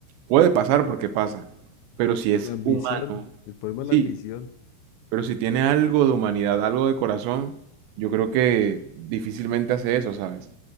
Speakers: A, on the right; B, on the left.
A: Puede pasar porque pasa, pero si
B: Por
A: es
B: la ambición,
A: humano,
B: el problema es
A: sí,
B: la ambición.
A: pero si tiene algo de humanidad, algo de corazón, yo creo que difícilmente hace eso, ¿sabes?